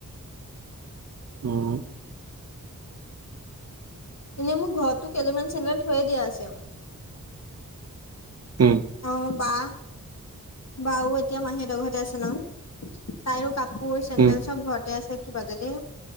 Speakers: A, on the right; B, on the left.
A: উম।
B: এনে মোৰ ঘৰত তো কেইযোৰমান চেন্দেল থৈয়ে দিয়া আছে আও
A: উম।
B: অ' বা বাও এতিয়া মাহীহতৰ ঘৰতে আছে ন। তাইৰো কাপোৰ, চেণ্ডেল
A: উম
B: চব ঘৰটে আছে কিবা কিবি।